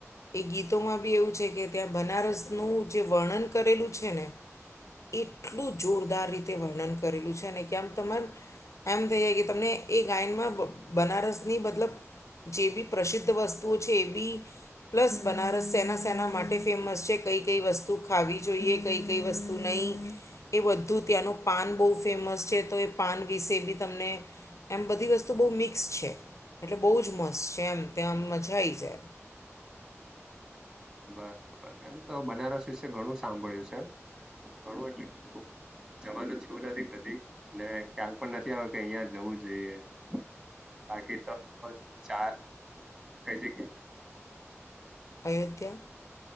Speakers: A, on the left; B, on the right.
A: એ ગીતોમાં બી એવું છે કે ત્યાં બનારસનું જે વર્ણન કરેલું છે ને એટલું જોરદાર રીતે વર્ણન કરેલું છે અને કે આમ તમાર એમ થઈ જાય કે તમને એ ગાયનમાં બ બનારસની મતલબ જે બી પ્રસિદ્ધ વસ્તુઓ છે એ બી પ્લસ બનારસ સેના શેના માટે ફેમસ છે? કઈ-કઈ વસ્તુ ખાવી જોઈએ કઈ-કઈ વસ્તુ નઈ એ બધું ત્યાંનું પાન બઉ ફેમસ છે તો એ પાન વિશે બી તમને એમ બધી વસ્તુ બહુ મિક્સ છે એટલે બહુ જ મસ્ત છે એમ ત્યાં આ મજા આઈ જાય.
B: બરાબર, એમ તો બનારસ વિશે ઘણું સાંભળ્યું શે ઘણું એટલે જવાનું થવું નથી કદી અને ખ્યાલ પણ નથી આયો કે અહિયાં જવું જોઈએ. બાકી તો ચાર કઈ જગ્
A: અયોધ્યા.